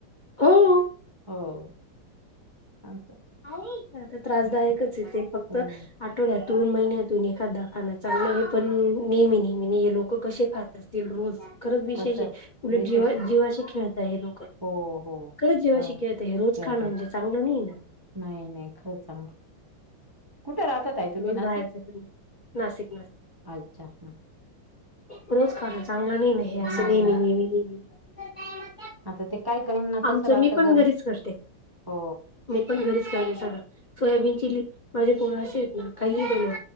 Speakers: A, on the left; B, on the right.
A: हो..
B: हो असं.
A: आई आता त्रासदायकच
B: असं.
A: ये ते फक्त.
B: हो
A: आठवड्यातून, महिन्यातून एखादा खाणं चांगलं आहे, पण नेहमी -नेहमीे ना हे लोकं कसे खाता असतील रोज खरंच विशेष
B: कसं
A: ये उलट
B: विशेष
A: जीवा
B: आहे
A: जीवाशी खेळताय हे लोकं.
B: हो हो
A: खरंच जिवाशी
B: काय
A: खेळतायतं हे रोज
B: खेळतो
A: खाणं म्हणजे चांगलं नाही ये ना.
B: नाही, नाही. खरंच चांगलं नाही. कुठं राहतात? ताई तुम्हीं
A: रोज
B: नाशिक,
A: बाहेरच फिरलं नाशिक
B: अच्छा ह.
A: रोज खाणं चांगलं नाही ना हे असं
B: नाही
A: नेहमी- नेहमी- नेहमी. नेहमी
B: आता ते काय काही ना कसं
A: आमचं
B: राहता
A: मी पण
B: घर...
A: घरीच करते
B: हो
A: मी पण घरीच करते सगळं, सोयाबीन चिली माझे पोरं असे आहेत ना, काहीही बनवा